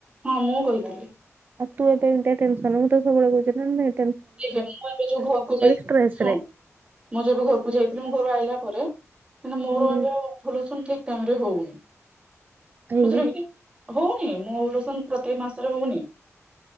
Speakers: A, on the right; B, on the right.
A: ହଁ ମୁଁ କହିଥିଲି।
B: ତୁ ଏବେ ଏମିତିଆ ଟେନ୍ ସନ୍ ମୁଁ ତ ସବୁବେଳେ କହୁଛ ନା ନାଇଁ ।
A: ଠିକ୍ ମୁଁ ଏବେ ଯୋଉ ଘରକୁ ଯାଇଥିଲି
B: ଷ୍ଟ୍ରେସ
A: ଶୁଣ
B: ରେ।
A: ମୁଁ ଯୋଉ ଏବେ ଘରକୁ ଯାଇଥିଲି ମୁଁ ଘରୁ ଆଇଲା ପରେ ମାନେ ମୋର
B: ହୁଁ
A: ଏବେ ଆଉ ଭୁଲ୍ ସୁନ୍ ଠିକ୍ ଟାଇମ୍ ରେ ହଉନି। କୋଉଥିରେ
B: କାହିଁକି
A: ବି ନାଇ ହଉନି ମୋର ସେ ପ୍ରତେକ ମାସରେ ହଉନି ।